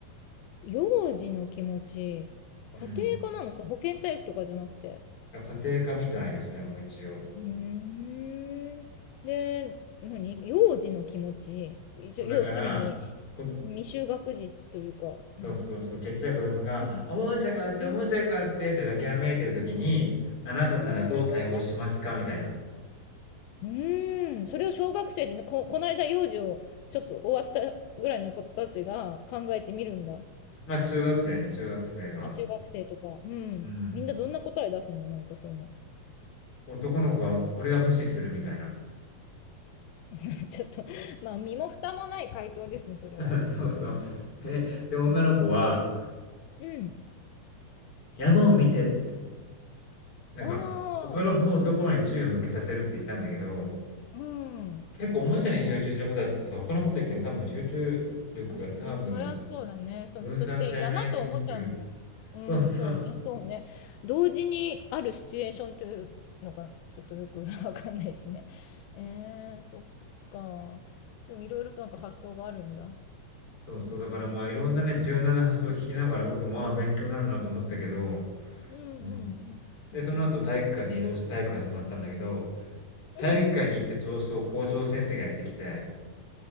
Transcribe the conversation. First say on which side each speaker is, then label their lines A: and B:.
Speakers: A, on the left; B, on the left.
A: 幼児の気持ち、家
B: うん。
A: 庭科なのそれ保健体育とかじゃなくて。
B: あ、家庭科みたいな、それも一応。
A: うーん。で、何幼児の気持ち。一応要するに、
B: そう、だから、こ
A: 未就学児というか、
B: そうそうそう、
A: うん。
B: ちっちゃい子供が、
A: うん。
B: おもちゃがあって、
A: うん。
B: おもちゃがあってって泣きわめいてる時に、あなたならどう対応しますかみたいな。
A: ああ、なるほどね。うーん。それを小学生でね、こ、この間幼児をちょっと終わったぐらいの子たちが考えてみるんだ。
B: ま、あ中学生ね、中学生が、
A: あ、中学生とか。うん。
B: うん。
A: みんなどんな答え出すのなんかそういうの。
B: 男の子が、俺は無視するみたいな。
A: <laughs> ちょっと、まあ、身も蓋もない回答ですね、それは。
B: <laughs> そうそう。
A: うん。
B: え、で、女の子は、
A: なるうん。
B: 山を見てって、なんか、
A: ああ、
B: 他の方ところに注意を向けさせるって言ったんだけど、
A: なうん。うん。
B: 結構おもちゃに集中してる子たちってさ、
A: モールと。
B: 他のこと言っても多分集中力が多分
A: しそりゃそうだね。そ、
B: 分散されない気もする。
A: そして山とおもちゃの、うん、
B: そうそう。
A: そうね、そうね。同時にあるシチュエーションというのがちょっとよく <laughs> わかんないしね。えー、そっか。でもいろいろとなんか発想があるんだ。
B: そうそう。だからまあ、いろんなね、柔軟な発想を聞きながら、僕も、ああ、勉強になるなと思ったけど、
A: うんうんうんうん。
B: うん。で、その後、
A: うそれで、
B: 体育館に移動して体育始まったんだけど、
A: うん。
B: 体育館に行って早々校長先生がやってきて、